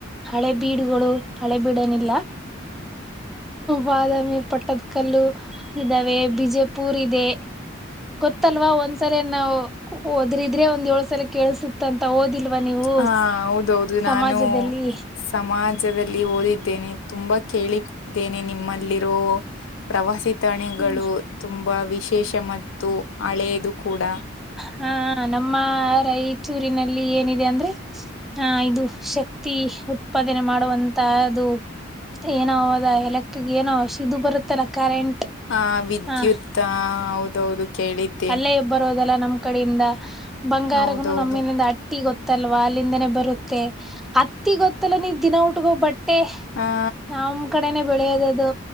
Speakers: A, in the centre; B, on the left.
A: ಹಳೆ ಬೀಡುಗಳು ಹಳೆ ಬೀಡಏನಿಲ್ಲ ಬಾದಾಮಿ ಪಟ್ಟದ ಕಲ್ಲು ಇದ್ದಾವೆ ಬಿಜೆ ಪೂರ ಇದೆ ಗೊತ್ತಲ್ವಾ ಒಂದ್ಸಲ ನಾವು ಹೊದ್ರಿದ್ರೆ ಒಂದ್ ಏಳು ಸಲ ಕೇಳಸುತ್ತ ಅಂತ ಓದಿಲ್ವಾ ನೀವು
B: ಹಾ ಹೌದೌದು
A: ಸಮಾಜದಲ್ಲಿ
B: ನಾನು ಸಮಾಜದಲ್ಲಿ ಓದಿದ್ದೇನೆ ತುಂಬಾ ಕೇಳಿದ್ದೇನೆ ನಿಮ್ಮಲ್ಲಿರೋ ಪ್ರವಾಸಿ ತಾಣಿಗಳು
A: ಹ್ಮ
B: ತುಂಬಾ ವಿಶೇಷ ಮತ್ತು ಹಳೆಯದು ಕೂಡ
A: ಹಾ ನಮ್ಮ ರಾಯಚೂರಿನಲ್ಲಿ ಏನಿದೆ ಅಂದ್ರೆ ಹಾ ಇದು ಶಕ್ತಿ ಉತ್ಪಾದನೆ ಮಾಡುವಂತಹದು ಏನೋ ಅದ್ ಎಲೆಕ್ಟ್ರಿಕ್ ಏನಶ ಇದು ಬರುತ್ತಲ್ಲ ಕರೆಂಟ್
B: ಹ ವಿದ್ಯುತ್
A: ಹ
B: ಹ ಹೌದೌದು ಕೇಳಿದ್ದ
A: ಅಲ್ಲೇಬ್ಬರೋದಲ್ಲಾ ನಮ್ ಕಡೆಯಿಂದ ಬಂಗಾರಗನು
B: ಹೌದೌದು
A: ನಮ್ಮಲ್ಲಿಂದ ಹಟ್ಟಿ ಗೊತ್ತ ತಲ್ವಾ ಅಲ್ಲಿಂದಾನೆ ಬರುತ್ತೆ ಮತ್ತೆ ಅತ್ತಿ ಗೊತ್ತಲ್ಲ ನೀ ದಿನ ಹುಟುಗೋ ಬಟ್ಟೆ
B: ಆ
A: ನಮ್ ಕಡೆ ನೆ ಬೆಳೆಯದ ಅದು